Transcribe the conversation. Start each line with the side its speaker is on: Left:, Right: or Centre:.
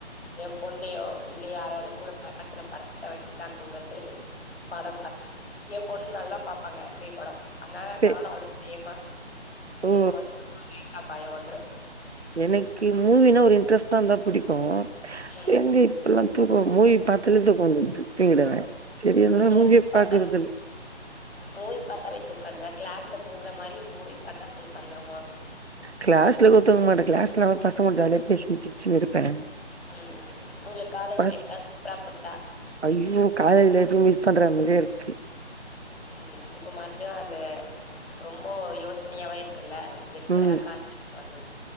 Left: என் பொண்ணையோ இல்ல யாராவது கூடப் கடேசில படத்த வச்சுதா தூங்குறது படம் பாத்தே ஏ பொண்ணு நல்லா பாப்பாங்க பேய்ப்படொ அதனால
Right: பே
Left: நானு அவலு சேமா தூங்குபோதும்
Right: ஓ
Left: <unintelligible> லைட்டா பயம் வந்துரு
Right: எனைக்கி மூவீனா ஒரு இன்ட்ரெஸ்ட்ட இருந்தா பிடிக்கு
Left: ம்
Right: <unintelligible> இப்பெல்லா தூக்கம் மூவி பாத்தாலே தூக்கம் வந்துடுது தூங்கிடுவே சரி அதனால
Left: மூவி
Right: மூவியே
Left: பாத்தா
Right: பாக்றதுல
Left: மூவி பாத்தாவே தூக்கவர்தா கிளாஸ்ல தூங்குற மாரி மூவி பாத்தா தூக்கவந்துருமா
Right: கிளாஸ்ல கூட தூங்க மாட்ட கிளாஸ்ல நம்ம பசங்க கூட ஜாலியா
Left: ம் உங்களுக்கு காலேஜ் லைஃப்லா
Right: <unintelligible>
Left: சூப்பரா போச்சா
Right: ஐயோ காலேஜ் லைஃப்பையு மிஸ் பண்ற மாரியே இருக்கு
Left: ம் இப்ப மறுபடியு அந்த ரொம்ப யோசனையாவே இருக்குல்ல எதுக்டா
Right: ம்
Left: காலேஜ் விட்டு வந்தோ